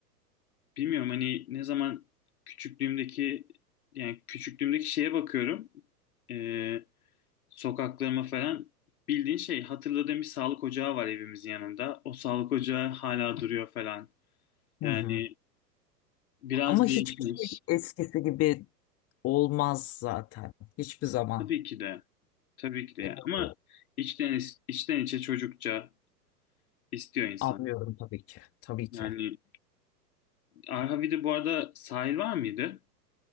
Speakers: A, on the left; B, on the left.
A: bilmiyorum hani ne zaman küçüklüğümdeki yani küçüklüğümdeki şeye bakıyorum. Ee, sokaklarıma falan bildiğin şey hatırladığım bir sağlık ocağı var evimizin yanında. O sağlık ocağı hala duruyor falan. Yani
B: Hı hı.
A: biraz
B: Ama
A: değişmiş.
B: hiçbir şey eskisi gibi olmaz zaten. Hiçbir zaman.
A: Tabii ki de. Tabii ki de.
B: Evet.
A: yani. Ama içten, içten içe çocukça istiyor insan.
B: Anlıyorum tabii ki. Tabii
A: Yani
B: ki.
A: Arhavi'de bu arada sahil var mıydı?